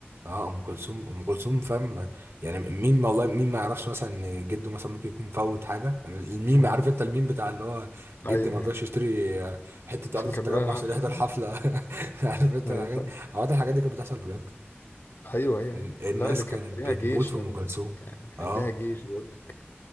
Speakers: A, on the right; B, on the left.
A: آه، أم كلثوم أم كلثوم فاهم يعني مين والله مين ما يعرفش مثلا إن جده مثلا ممكن يكون فوت حاجة يعني الميم
B: امم
A: عارف أنت الميم بتاع اللي هو جدي
B: ايوه
A: ما رضاش
B: يعني،
A: يشتري آه، حتة
B: عشان
A: أرض في
B: كان
A: التجمع
B: بيروح الحفل
A: عشان يحضر حفلة <laughs> عارف أنت
B: <laughs> ايوه
A: الحاجات دي عامة الحاجات دي كانت بتحصل بجد
B: ايوه ايوه
A: ال-
B: أيوه. لا
A: الناس
B: ده كان
A: كانت
B: ليها
A: بتموت
B: جيش
A: في
B: يا
A: أم
B: ابني
A: كلثوم
B: كان, كان
A: أه
B: ليها جيش بيقول لك